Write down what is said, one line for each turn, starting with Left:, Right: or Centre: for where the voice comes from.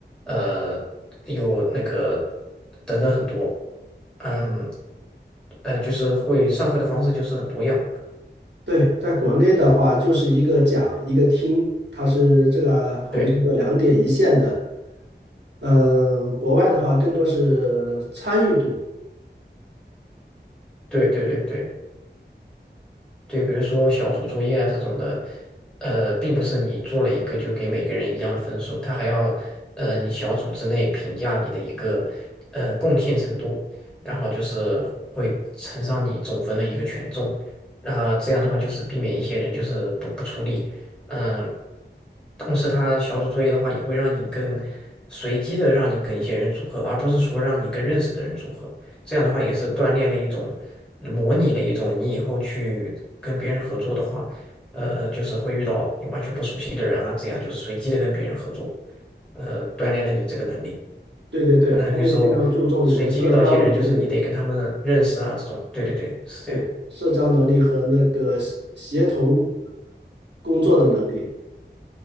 Centre: 呃有那个等等很多，嗯，呃，就是会上课的方式就是很多样，
Right: 对，在国内的话就是一个讲一个听，它是这个我们叫做两点一线的。
Centre: 对
Right: 嗯，国外的话更多是参与度，
Centre: 对对对对。对，比如说小组作业啊这种的，呃，并不是你做了一个就给每个人一样的分数，他还要，呃，你小组之内评价你的一个，呃，贡献程度，然后就是会乘上你总分的一个权重，然后这样的话就是避免一些人就是不不出力，嗯，同时他小组作业的话也会让你跟随机的让你跟一些人组合，而不是说让你跟认识的人组合。这样的话也是锻炼了一种，嗯模拟了一种你以后去跟别人合作的话，呃，就是会遇到你完全不熟悉的人啊，这样就是随机的跟别人合作，呃，锻炼了你这个能力。
Right: 对对对，
Centre: 嗯、
Right: 他们非常注重你的社交能力，
Centre: 有些时候随机遇到一些人，就是你得跟他们认识啊，这种。对对对，是这样。
Right: 对，社交能力和那个协协同工作的能力。